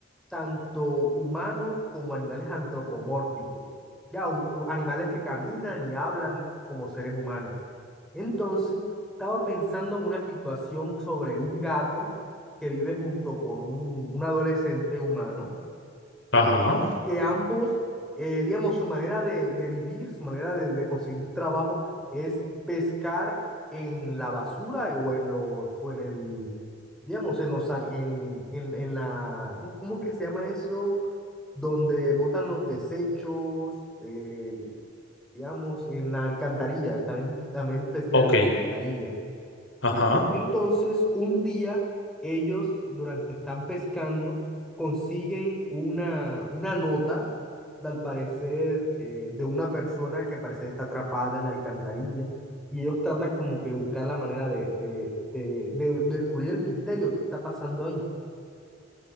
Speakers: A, in the centre; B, on the left.
A: tanto humanos como animales antropomórficos, ya, un- u- animales que caminan y hablan como seres humanos. Entonces, estaba pensando en una situación sobre un gato que vive junto con un, un adolescente humano
B: Ajá,
A: que ambos, eh, digamos, su manera de, de vivir, su manera de, de conseguir trabajo es pescar en la basura y- o en los, o en el, digamos, en los, an- en, en, en la, ¿cómo es que se llama eso? Donde botan los desechos, eh, digamos, en la alcantarilla, también, también pescar
B: ok,
A: en la alcantarilla.
B: ajá.
A: Entonces, un día ellos, durante están pescando, consiguen una, una nota, de, al parecer, eh, de una persona que al parecer está atrapada en la alcantarilla, y ellos tratan como que buscar la manera de, de, de, de descubrir el misterio que está pasando ahí.